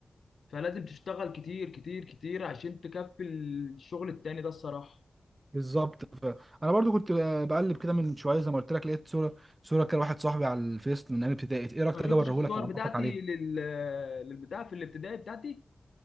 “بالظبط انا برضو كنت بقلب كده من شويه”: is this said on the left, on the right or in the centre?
Right